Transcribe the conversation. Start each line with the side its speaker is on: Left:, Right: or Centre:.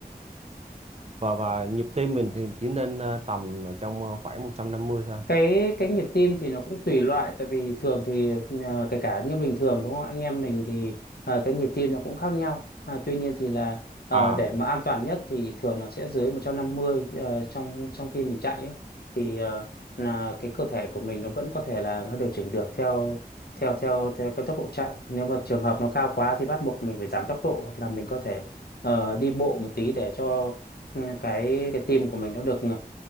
Right: và và nhịp tim mình thì chỉ nên ờ, tầm ở trong ờ, khoảng 150 thôi
Left: cái cái nhịp tim thì nó cũng tùy loại tại vì thường thì ờ, kể cả như bình thường đúng không anh em mình thì ờ, cái nhịp tim nó cũng khác nhau à, tuy nhiên thì là ờ,
Right: à
Left: để mà an toàn nhất thì thường là sẽ dưới 150 ờ, trong trong khi mình chạy ấy, thì ờ, là cái cơ thể của mình nó vẫn có thể là nó điều chỉnh được theo theo theo theo cái tốc độ chạy nếu mà trường hợp nó cao quá thì bắt buộc mình phải giảm tốc độ hoặc là mình có thể ờ, đi bộ một tí để cho ừ, cái cái tim của mình nó được ừ,